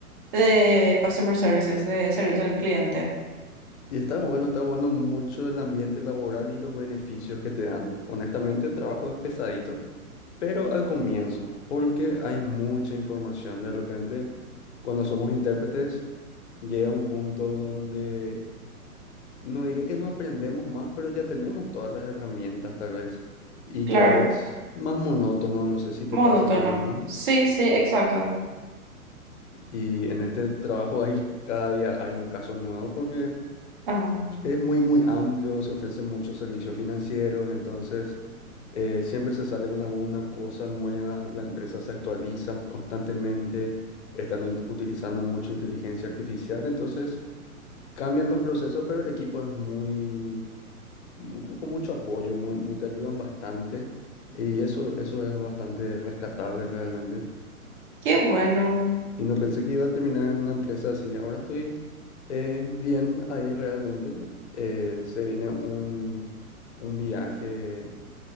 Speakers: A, on the right; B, on the left.
A: de Customer Services, de servicio al cliente.
B: Y está bueno, está bueno mucho el ambiente laboral y los beneficios que te dan. Honestamente, el trabajo es pesadito, pero al comienzo, porque hay mucha información. De repente, cuando somos intérpretes, llega un punto donde no diría que no aprendemos más, pero ya tenemos todas las herramientas, tal vez. Y
A: Claro,
B: ya es más monótono, no sé si te
A: Monótono.
B: pasa lo mismo.
A: Sí, sí, exacto.
B: Y en este trabajo hay, cada día hay un caso nuevo porque
A: Ah,
B: es muy, muy amplio, se ofrecen muchos servicios financieros, entonces eh, siempre se sale con alguna cosa nueva, la empresa se actualiza constantemente, están ut- utilizando mucha inteligencia artificial, entonces cambian los procesos, pero el equipo es muy, mu- con con mucho apoyo, muy, mu- te ayudan bastante y eso, eso es bastante rescatable realmente.
A: qué bueno.
B: Y no pensé que iba a terminar en una empresa así. Ahora estoy eh, bien ahí realmente. Eh, se viene un, un viaje,